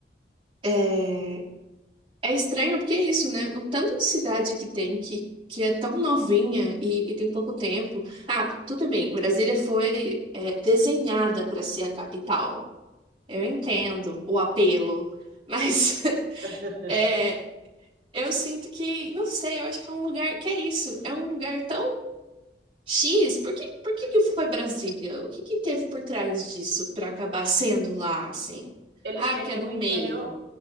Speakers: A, on the right (about 30°); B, on the right (about 80°).
A: é, É estranho porque é isso, né? O tanto de cidade que tem que, que é tão novinha e, e tem pouco tempo. Ah, tudo bem, Brasília foi é, desenhada para ser a capital. Eu entendo o apelo, mas <laughs>
B: <laughs>
A: é, eu sinto que, não sei, eu acho que é um lugar que é isso, é um lugar tão X. Por que, por que que foi Brasília? O que que teve por trás disso para acabar sendo lá, assim?
B: Eles
A: Ah,
B: queriam
A: que é no
B: interior,
A: meio.